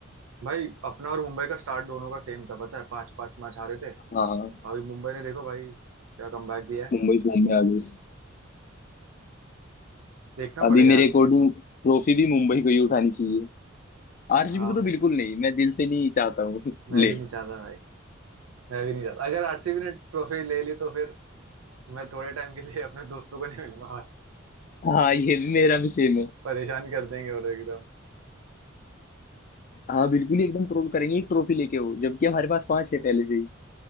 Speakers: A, on the right; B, on the left.
A: भाई अपना और मुंबई का स्टार्ट दोनों का सेम था पता है पांच पांच मैच हारे थे
B: हाँ हाँ
A: अभी मुंबई ने देखो भाई क्या कमबैक दिया है
B: मुंबई फॉर्म में आ गई
A: देखना
B: अभी
A: पड़ेगा
B: मेरे
A: यार
B: अकॉर्डिंग ट्रॉफी भी मुंबई को ही उठानी चाहिए आरसीबी
A: हाँ
B: को तो
A: भाई
B: बिल्कुल नहीं मैं दिल से नहीं चाहता हूँ <laughs>
A: मैं
B: ले
A: भी नहीं चाहता भाई मैं भी नहीं चाहता अगर आरसीबी ने ट्रॉफी ले ली तो फिर मैं थोड़े टाइम के लिए अपने दोस्तों को नहीं मिलूंगा
B: हाँ ये भी मेरा भी सेम है
A: परेशान कर देंगे वो लोग एकदम
B: हाँ बिल्कुल ही एकदम ट्रोल करेंगे एक ट्रॉफी लेके हो जबकि हमारे पास पांच है पहले से